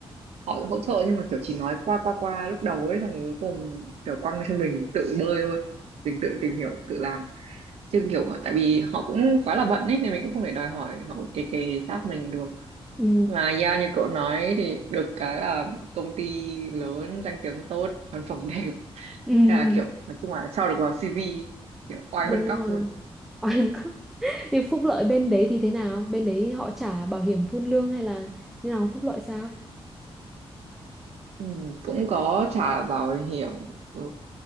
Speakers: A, on the right; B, in the centre.
A: họ hỗ trợ nhưng mà kiểu chỉ nói qua qua qua lúc đầu ấy xong rồi cuối cùng kiểu quăng cho mình tự bơi thôi mình tự tìm hiểu tự làm chứ kiểu tại vì họ cũng quá là bận ấy nên mình cũng không thể đòi hỏi họ kề kề sát mình được
B: Ừ.
A: mà yeah, như cậu nói thì được cái là công ty lớn danh tiếng tốt văn phòng <laughs> đẹp
B: <laughs> Ừ.
A: Thế là kiểu nói chung là cho được vào CV kiểu oai
B: đúng
A: hơn cóc
B: rồi
A: luôn
B: oan có <laughs> nhưng phúc lợi bên đấy thì thế nào bên đấy họ trả bảo hiểm phun lương hay là như nào phúc lợi sao
A: Ừ, cũng có trả bảo hiểm ừ,